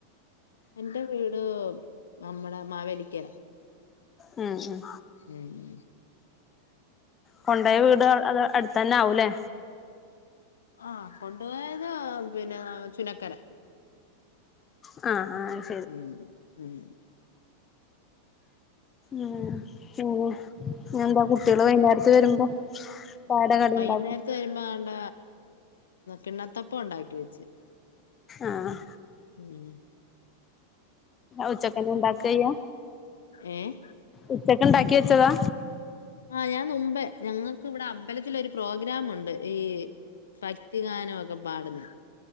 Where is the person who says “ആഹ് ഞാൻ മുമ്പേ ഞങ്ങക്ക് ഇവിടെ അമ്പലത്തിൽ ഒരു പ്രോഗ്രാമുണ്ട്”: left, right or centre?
Left